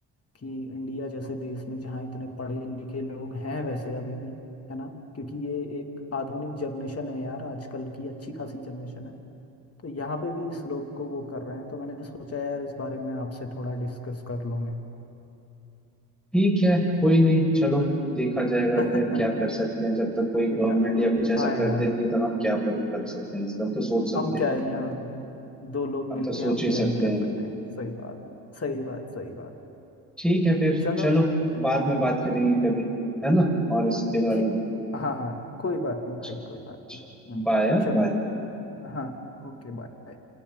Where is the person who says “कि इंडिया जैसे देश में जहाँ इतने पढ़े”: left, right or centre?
Left